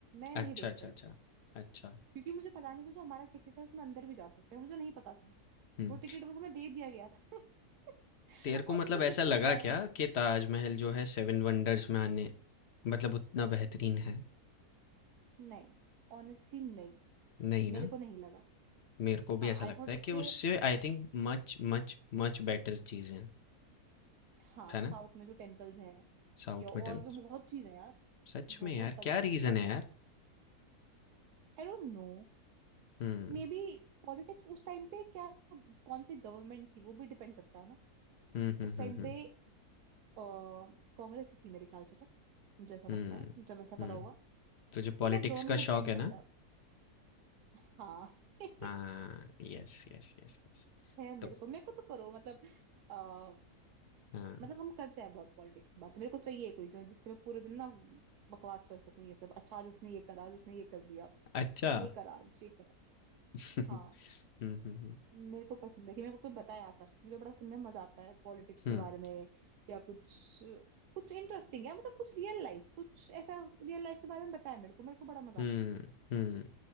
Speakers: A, on the right (about 80°); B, on the left (about 50°).
A: मैं
B: अच्छा,
A: नहीं देख
B: अच्छा,
A: पाई
B: अच्छा। अच्छा,
A: क्योंकि मुझे पता नहीं था जो हमारा टिकट है उसमें अंदर भी जा सकते हैं मुझे नहीं पता था
B: हुँ।
A: वो टिकट बस हमें दे दिया गया था <laughs>
B: तेरे को
A: और
B: मतलब
A: मुझे
B: ऐसा
A: किसी
B: लगा
A: ने बताया कि
B: क्या कि ताजमहल जो है सेवन वंडर्स में आने मतलब उतना बेहतरीन है
A: नहीं ऑनेस्टली नहीं
B: नहीं
A: मेरे
B: ना
A: को नहीं लगा
B: मेरे को
A: हाँ
B: भी ऐसा
A: आई
B: लगता
A: थॉट
B: है
A: इससे
B: कि उससे I think much much much better चीज़ें हैं
A: हाँ
B: है ना
A: साउथ में जो टेम्पल्स हैं
B: साउथ
A: या और
B: में टेम्पल
A: भी बहुत चीज है यार
B: सच
A: बहुत
B: में यार
A: तगड़ा
B: क्या रीज़न
A: है मतलब
B: है यार
A: I don't know
B: हम्म
A: Maybe politics उस टाइम पे क्या कौन सी गवर्नमेंट थी वो भी डिपेंड करता है ना
B: हम्म हम्म
A: उस टाइम
B: हम्म हम्म
A: पे कांग्रेस ही थी मेरे ख्याल से तो मुझे ऐसा लगता
B: हम्म
A: है जब ऐसा करा
B: हम्म।
A: होगा
B: तुझे पॉलिटिक्स
A: तो वो गवर्नमेंट
B: का
A: पे डिपेंड
B: शौक है
A: करता
B: ना
A: है हाँ <laughs>
B: हाँ यस यस यस यस
A: है मेरे
B: तो
A: को मेरे को तो करो मतलब आ,
B: हाँ
A: मतलब हम करते हैं बहुत पॉलिटिक्स की बात मेरे को चाहिए कोई जो जिससे मैं पूरे दिन ना बकवास कर सकूं ये सब अच्छा आज उसने ये करा आज उसने ये कर दिया
B: अच्छा
A: ये करा आज ये करा
B: <laughs> हम्म
A: हाँ
B: हम्म हम्म
A: मेरे को पसंद है कि मेरे को कोई बताए आकर मुझे बड़ा सुनने में मजा आता है पॉलिटिक्स
B: हम्म
A: के बारे में या कुछ कुछ इंटरेस्टिंग है मतलब कुछ रियल लाइफ कुछ ऐसा रियल लाइफ के बारे में बताया मेरे को मेरे को बड़ा मजा
B: हम्म
A: आता है
B: हम्म